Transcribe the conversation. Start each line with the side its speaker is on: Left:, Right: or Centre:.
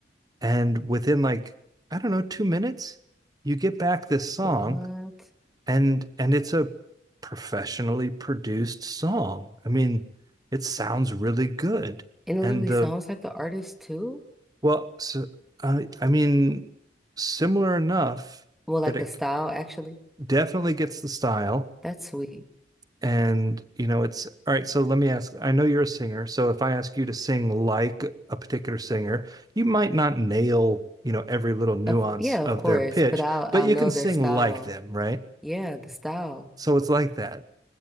Right: And within like I don't know two minutes, you get back this song,
Centre: What?
Right: and and it's a professionally produced song. I mean, it sounds really good,
Centre: And it
Right: and
Centre: literally
Right: the
Centre: sounds like the artist too?
Right: well, so, I I mean, similar enough
Centre: Well, like
Right: that it
Centre: the style actually.
Right: definitely gets the style
Centre: That's sweet.
Right: And, you know, it's all right. So let me ask, I know you're a singer. So if I ask you to sing like a particular singer, you might not nail, you know, every little nuance
Centre: Of, yeah,
Right: of
Centre: of course,
Right: their pitch,
Centre: but I'll
Right: but
Centre: I'll
Right: you
Centre: know
Right: can
Centre: their
Right: sing
Centre: style.
Right: like them, right?
Centre: Yeah, the style.
Right: So it's like that.